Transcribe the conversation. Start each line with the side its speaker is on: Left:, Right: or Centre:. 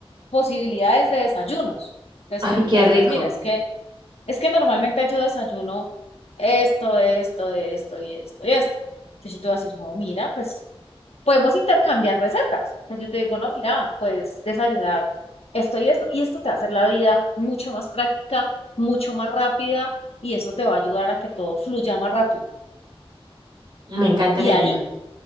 Left: posibilidades de desayunos. Entonces,
Right: Ay,
Left: que tú
Right: qué
Left: me
Right: rico.
Left: digas, mira, es que es que normalmente yo desayuno esto, esto, esto y esto y esto. Entonces yo te voy a decir, no, mira, pues podemos intercambiar recetas. Entonces yo te digo, no, mira, pues desayunar esto y esto. Y esto te va a hacer la vida mucho más práctica, mucho más rápida y eso te va a ayudar a que todo fluya más rápido.
Right: Me encanta
Left: Y
Right: la
Left: ahí,
Right: idea.